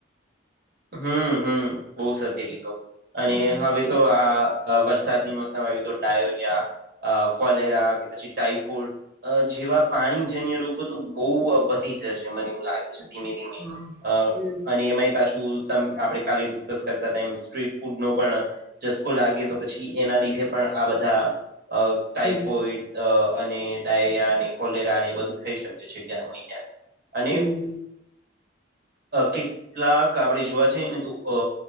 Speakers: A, on the right (about 50°); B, on the right (about 15°).
A: હમ્મ હમ્મ બહુ સત્ય કીધું અને
B: હા
A: હવે
B: એ
A: તો આ વરસાદની મોસમ આવી તો ડાયોરિયા કોલેરા કે પછી ટાઈફોડ અ જેવા પાણીજન્ય રોગો તો બહુ વધી જશે મને એવું લાગે ધીમે ધીમે
B: હા
A: અ
B: હમ
A: અને એમાંય પાછું તમ આપણે કાલે ડિસ્કસ કરતા હતા એ સ્ટ્રીટ ફૂડ નો પણ ચસકો લાગે તો પછી એના લીધે પણ આ બધા અ ટાઈફોઈડ
B: હમ
A: અને ડાયરિયા અને કોલેરા અને એ બધું થઈ શકે છે ક્યાંક ને ક્યાંક અને
B: હમ
A: કેટલાક આપણે જોવા જઈને તો અ